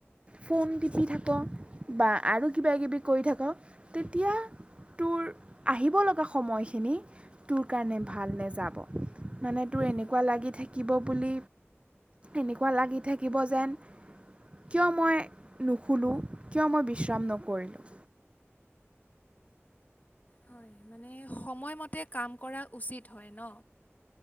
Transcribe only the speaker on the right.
ফোন টিপি থাক বা আৰু কিবা কিবি কৰি থাক তেতিয়া তোৰ আহিব লগা সময়খিনি তোৰ কাৰণে ভাল নেযা ব মানে তোৰ
এনেকুৱা লাগি থাকিব বুলি এনেকুৱা লাগি থাকিব যেন কিয় মই নুশুলো? কিয় মই বিশ্ৰাম নকৰিলোঁ?